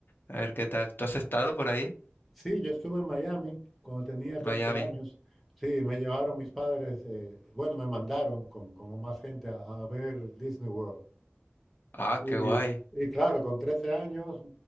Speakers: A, on the left (about 50°); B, in the centre.
A: a ver qué tal. ¿Tú has estado por ahí,
B: Sí, yo estuve en Miami cuando tenía
A: en
B: 13
A: Miami?
B: años. Sí, me llevaron mis padres, eh, bueno, me mandaron con, con más gente a, a ver Disney World.
A: Ah,
B: Y,
A: qué guay.
B: y claro, con 13 años